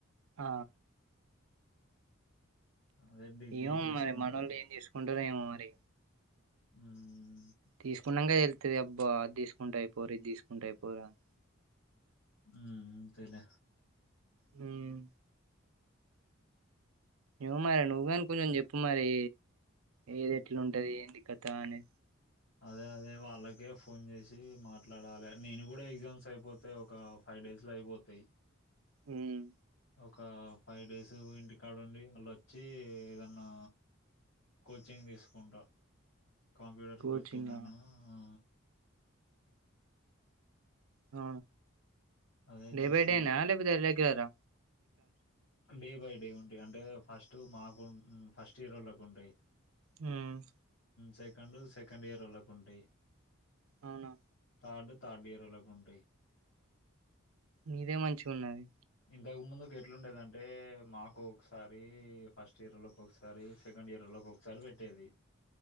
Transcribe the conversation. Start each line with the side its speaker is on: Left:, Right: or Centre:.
Right: ఆ
Left: అదే డిగ్రీ
Right: ఏమో
Left: చేసుకుంటా
Right: మరి మనోళ్లు ఏం తీసుకుంటారో ఏమో మరి
Left: ఉమ్
Right: తీసుకున్నాక తెలు అది అబ్బా అది తీసుకుంటె అయిపోరు ఇది తీసుకుంటె అయిపోరు అని
Left: ఉమ్ అంతేలే
Right: హ్మ్ ఏమో మరి నువ్వు కాని కొంచెం చెప్పు మరి ఏది ఎట్లు ఉంటది ఏంది కథ అని
Left: అదే అదే వాళ్ళకే ఫోన్ చేసి మాట్లాడాలి నేను కూడా ఎగ్జామ్స్ అయిపోతె ఒక ఫైవ్ డేస్ లో అయిపోతాయి
Right: హ్మ్
Left: ఒక ఫైవ్ డేస్ ఇంటికాడ ఉండి మళ్ళీ వచ్చి ఏదన్నా కోచింగ్ తీసుకుంటా కంప్యూటర్
Right: కోచింగా
Left: కోచింగ్ అన్నా ఆ
Right: అ
Left: అదే
Right: డే
Left: చూస్తాను
Right: బై డేనా లేకపోతే లెగ్యులరా
Left: డే బై డే ఉంటయ్ అంటే ఫస్ట్ టు మాకు ఫస్ట్ ఇయరోల్కు ఉంటాయి
Right: హ్మ్
Left: సెకండ్ సెకండ్ ఇయరోలకు ఉంటాయ్
Right: అవునా
Left: థర్డ్ థార్డ్ ఇయరోలకు ఉంటాయ్
Right: నీదే మంచిగా ఉన్నది
Left: ఇంతకు ముందు ఎట్లుండేదంటే మాకు ఒకసారి ఫస్ట్ ఇయర్ లోకి ఒకసారి సెకండ్ ఇయర్ లోకి ఒకసారి పెట్టేది